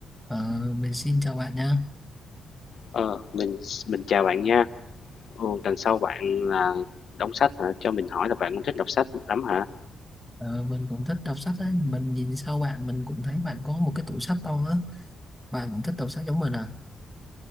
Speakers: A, in the centre; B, on the left (about 60°).
A: Ờ, mình xin chào bạn nha.
B: Ờ, mình mình chào bạn nha. Ừ, lần sau bạn là đọc sách hả? Cho mình hỏi là bạn cũng thích đọc sách lắm hả?
A: Ờ, mình cũng thích đọc sách á. Mình nhìn sau bạn mình cũng thấy bạn có một cái tủ sách to á. Bạn cũng thích đọc sách giống mình à?